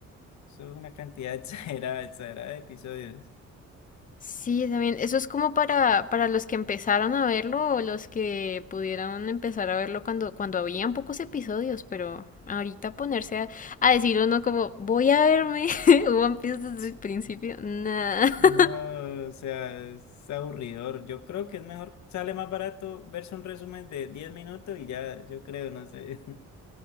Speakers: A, on the left; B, on the left.
A: es una cantidad <laughs> exagerada, exagerada de episodios.
B: Sí, también. Eso es como para, para los que empezaron a verlo o los que pudieron empezar a verlo cuando, cuando habían pocos episodios, pero ahorita ponerse a, a decir uno como, voy a verme <laughs> One Piece desde
A: <tsk>
B: el principio, nada.
A: No,
B: <laughs>
A: o sea, es aburridor. Yo creo que es mejor, sale más barato verse un resumen de 10 minutos y ya, yo creo, no sé. <laughs>